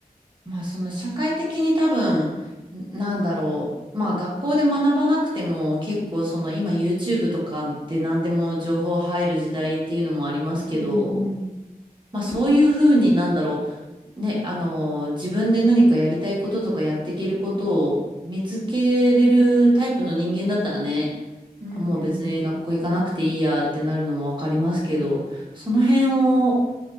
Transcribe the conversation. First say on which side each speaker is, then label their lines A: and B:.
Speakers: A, on the right; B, on the right.
A: まあその社会的に多分んなんだろう。まあ学校で学ばなくても結構その今 YouTube とかで何でも情報入る時代っていうのもありますけど、
B: うんうん。
A: まあそういうふうになんだろう。ね、あの、自分で何かやりたいこととかやっていけることを見つけれるタイプの人間だったらね、
B: うんうんうん。
A: あもう別に学校行かなくていいやってなるのもわかりますけど、その辺を